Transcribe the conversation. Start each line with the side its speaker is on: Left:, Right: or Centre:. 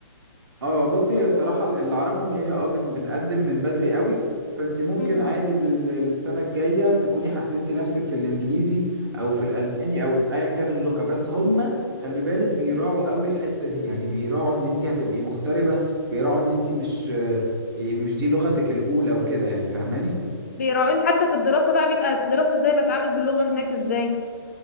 Right: اه بصي هي الصراحة اللي اعرفه ان هي اه بن- بنقدم من بدري قوي فانت ممكن
Left: مم.
Right: عادي لل- للسنة الجاية تكوني حسنتي نفسك في الانجليزي او في الالماني او في ايا كان اللغة بس هم خلي بالك بيراعوا
Left: مم.
Right: قوي الحتة دي يعني بيراعوا ان انت هتبقي مغتربة بيراعوا ان انت مش مش دي لغتك الاولى وكده يعني فاهماني
Left: بيراعوني حتى في الدراسة بقى بيبقى الدراسة ازاي بتعامل باللغة هناك ازاي